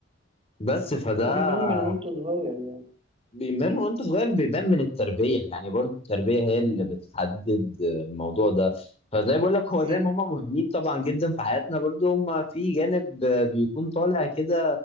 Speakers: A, on the left; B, on the right.
A: بس فده
B: ده بيبان من وانت صغير يعني
A: بيمر وانت صغير بيبان من التربيه يعني برضو التربيه هي اللي بتحدد الموضوع ده فزي بقول لك هو
B: م-
A: زي ما هم مهمين طبعا جدا في حياتنا برضو هم في جانب بيكون طالع كده